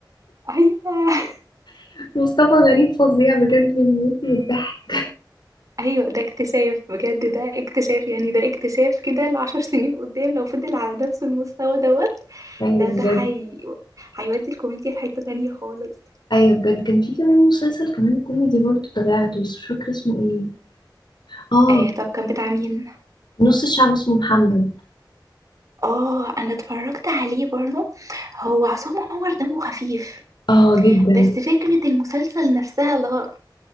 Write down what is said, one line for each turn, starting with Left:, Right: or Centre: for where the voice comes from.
Right: ايوه
Left: <laughs> مصطفى غريب فظيع بجد بيموتني الضحك
Right: ايوه ده اكتشاف بجد ده اكتشاف يعني ده اكتشاف كده لعشر سنين قدام لو فضل على نفس المستوى دوت
Left: ايوه
Right: ده
Left: بجد
Right: ده حي... هيودي الكوميديا في حته تانية خالص
Left: ايوه بجد كان في كمان مسلسل كمان كوميدي برضه تابعته بس مش فاكره اسمه ايه اه
Right: آه طب كان بتاع مين؟
Left: نص الشعب اسمه محمد
Right: اه انا اتفرجت عليه برضه هو عصام عمر دمه خفيف
Left: اه جدا
Right: بس فكرة المسلسل نفسها لا